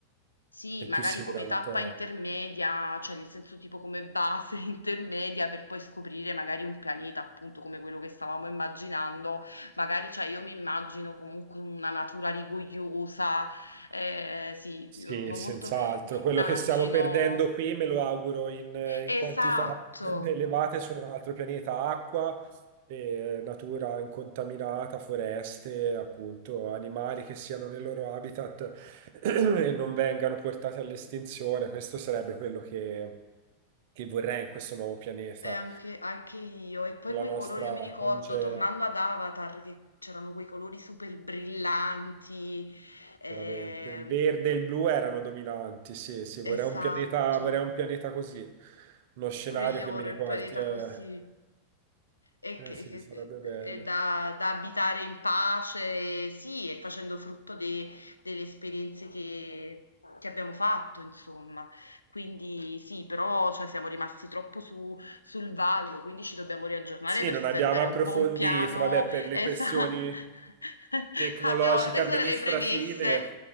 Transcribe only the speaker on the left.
Sì,
magari
come
tappa
intermedia, cioè nel senso tipo come base <laughs> intermedia per poi scoprire magari un pianeta, appunto come quello che stavamo immaginando, magari cioè io mi immagino comunque una natura rigogliosa, eh, sì,
io sono
molto mi
immagino
esatto.
E anche, anche io, e poi
quei
colori, io mi ricordo
tornando ad Avatar che c'erano quei colori super brillanti, ehm,
Esatto,
pure io
vorrei
il pianeta
così. E
che,
che-
e da, da abitare in pace, e sì, e facendo frutto de- delle esperienze che, che abbiamo fatto, insomma. Quindi sì, però cioè, siamo rimasti troppo su- sul vago, quindi ci dobbiamo riaggiornare
per
stendere
un po' un piano.
Esatto.
<laughs>
Abbiamo, queste
sono le premesse.